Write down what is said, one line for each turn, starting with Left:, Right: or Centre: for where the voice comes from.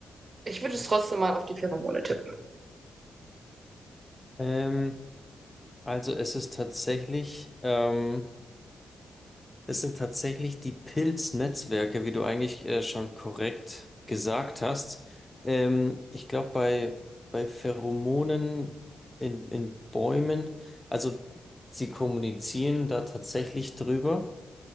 Right: Ich würde es trotzdem mal auf die Pheromone tippen.
Left: Ähm, Also es ist tatsächlich, ähm, es sind tatsächlich die Pilznetzwerke, wie du eigentlich äh, schon korrekt gesagt hast. Ähm, ich glaube, bei, bei Pheromonen in, in Bäumen, also sie kommunizieren da tatsächlich drüber,